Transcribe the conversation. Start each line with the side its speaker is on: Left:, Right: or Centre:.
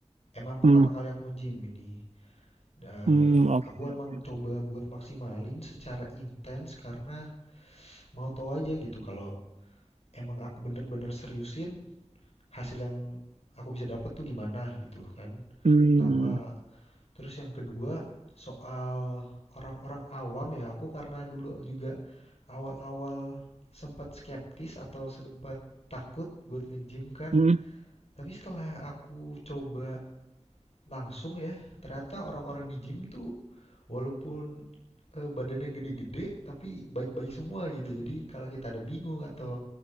Left: emang pertama
Right: Hmm,
Left: kali aku nge-gym ini. Eh,
Right: hmm, oke
Left: aku emang
Right: oke.
Left: coba buat maksimalin secara intens karena mau tahu aja gitu kalau emang aku bener-bener seriusin hasil yang aku bisa dapat tuh gimana gitu kan.
Right: Hmm,
Left: Pertama,
Right: hmm,
Left: terus yang kedua soal orang-orang awam ya aku karena dulu juga awal-awal sempat skeptis atau sempat takut buat nge-gym kan.
Right: hmm.
Left: Tapi setelah aku coba Langsung ya. Ternyata orang-orang di gym tuh walaupun eh, badannya gede-gede tapi baik-baik semua gitu. Jadi kalau kita ada bingung atau
Right: hmm.